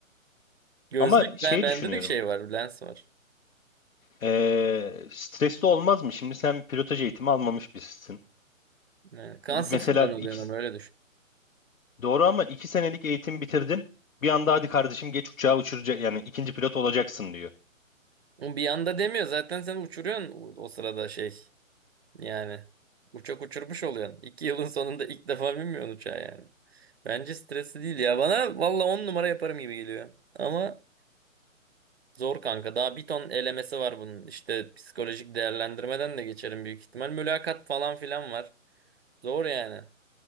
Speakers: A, on the right; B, on the left.
A: Gözlük
B: Ama şey
A: ben bende
B: düşünüyorum.
A: de şey var lens var.
B: Ee, stresli olmaz mı? Şimdi sen pilotaj eğitimi almamış birisin.
A: Yani kan
B: U-
A: sıfırdan
B: Mesela
A: oluyor
B: iki,
A: ama öyle düşün.
B: doğru ama iki senelik eğitim bitirdin. Bir anda hadi kardeşim geç uçağı uçuracak yani ikinci pilot olacaksın diyor.
A: Ama Bir anda demiyor zaten seni uçuruyorsun o o sırada şey Yani uçak uçurmuş oluyorsun. İki yılın sonunda ilk defa binmiyorsun uçağa yani. Bence stresli değil ya. Bana valla on numara yaparım gibi geliyor. Ama zor kanka. Daha bir ton elemesi var bunun. İşte psikolojik değerlendirmeden de geçerim büyük ihtimal. Mülakat falan filan var. Zor yani.